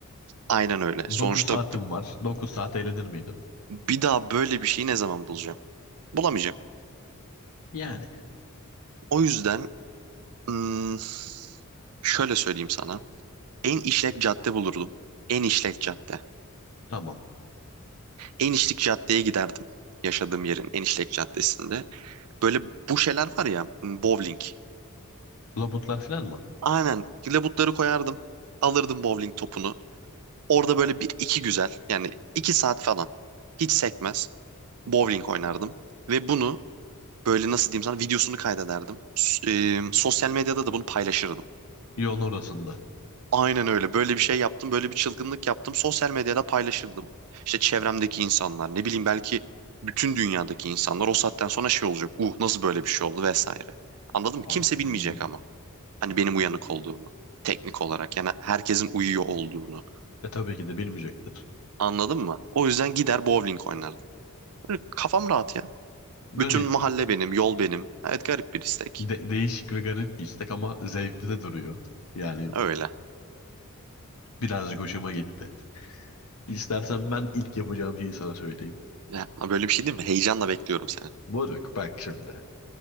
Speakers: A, on the right; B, on the left.
A: Aynen öyle. Sonuçta
B: 9 saatin var. 9 saat eğlenir miydin?
A: bir daha böyle bir şeyi ne zaman bulacağım? Bulamayacağım.
B: Yani
A: O yüzden hmm, şöyle söyleyeyim sana. En işlek cadde bulurdum. En işlek cadde.
B: tamam.
A: En işlek caddeye giderdim. Yaşadığım yerin en işlek caddesinde. Böyle bu şeyler var ya hmm, bowling.
B: Labutlar falan mı?
A: Aynen labutları koyardım. Alırdım bowling topunu. Orada böyle bir iki güzel yani iki saat falan hiç sekmez bowling oynardım. Ve bunu böyle nasıl diyeyim sana videosunu kaydederdim. S- e, sosyal medyada da bunu paylaşırdım.
B: Yoğun ortasında.
A: Aynen öyle. Böyle bir şey yaptım, böyle bir çılgınlık yaptım. Sosyal medyada paylaşırdım. İşte çevremdeki insanlar, ne bileyim belki bütün dünyadaki insanlar o saatten sonra şey olacak. Uh nasıl böyle bir şey oldu vesaire. Anladın mı?
B: Aa,
A: Kimse
B: hmm.
A: bilmeyecek ama. Hani benim uyanık olduğumu. Teknik olarak yani herkesin uyuyor olduğunu.
B: E tabii ki de bilmeyecektir.
A: Anladın mı? O yüzden gider bowling oynardım. Böyle kafam rahat ya.
B: Garip.
A: Bütün mahalle benim, yol benim. Evet garip bir istek.
B: De- değişik ve garip bir istek ama zevkli de duruyor. Yani
A: Öyle.
B: birazcık hoşuma gitti. İstersen ben ilk yapacağım şeyi sana söyleyeyim.
A: Ya, böyle bir şey değil mi? Heyecanla bekliyorum seni.
B: Moruk bak şimdi.